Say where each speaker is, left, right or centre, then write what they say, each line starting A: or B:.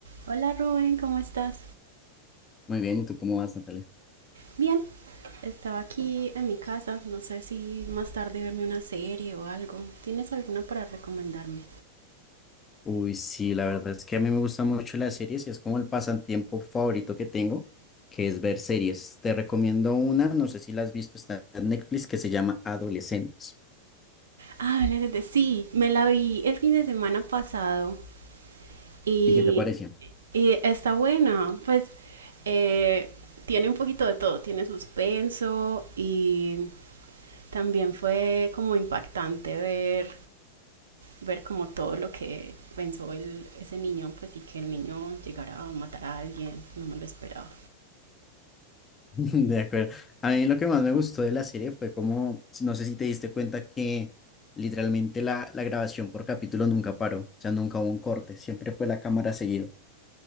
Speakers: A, on the right; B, on the left.
A: Hola Rubén, ¿cómo estás?
B: Muy bien, ¿y tú cómo vas, Natalia?
A: Bien, estaba aquí en mi casa, no sé si más tarde verme una serie o algo. ¿Tienes alguna para recomendarme?
B: Uy, sí, la verdad es que a mí me gustan mucho las series y es como el pasatiempo favorito que tengo, que es ver series. Te recomiendo una, no sé si la has visto, está en Netflix, que se llama Adolescentes.
A: Ah, la de- sí, me la vi el fin de semana pasado y,
B: ¿Y qué te pareció?
A: y está buena. Pues eh, tiene un poquito de todo, tiene suspenso y también fue como impactante ver, ver como todo lo que pensó el, ese niño, pues y que el niño llegara a matar a alguien, no me lo esperaba.
B: <laughs> De acuerdo. A mí lo que más me gustó de la serie fue como, no sé si te diste cuenta que literalmente la, la grabación por capítulo nunca paró, o sea, nunca hubo un corte, siempre fue la cámara seguido.